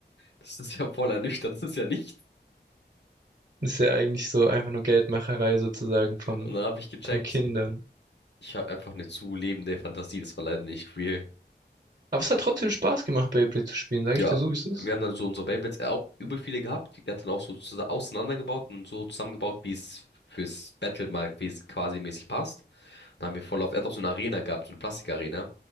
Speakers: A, on the left; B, on the right.
A: das ist ja voll ernüchternd, das ist ja nicht.
B: Ist ja eigentlich so einfach nur Geldmacherei sozusagen von,
A: Und dann habe ich gecheckt,
B: von Kindern.
A: ich habe einfach eine zu lebende Fantasie, das war leider nicht real.
B: Aber es hat trotzdem Spaß gemacht, Beyblade zu spielen, sage
A: Ja,
B: ich dir so, wie es ist.
A: wir haben dann so unsere Beyblades auch übel viele gehabt. Die hat dann auch so zus- auseinandergebaut und so zusammengebaut, wie es fürs Battle mal quasi quasi mäßig passt. Dann haben wir voll auf, er hat auch so eine Arena gehabt, so eine Plastikarena.